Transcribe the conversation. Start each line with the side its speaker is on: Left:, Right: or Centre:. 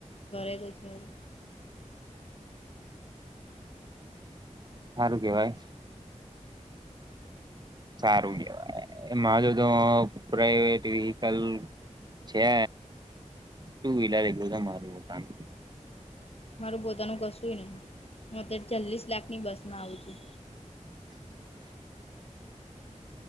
Left: ઘરે તો છે.
Right: સારું કેવાય. સારું કેવાય? એ મા જો તો પ્રાઈવેટ વ્હીકલ. છે ટુ વ્હીલર એું તમારુંતાનું.
Left: મારું પોતાનું કશુંય ને હું અત્યારે ચાલીસ લાખ ની બસ માં આવું છું.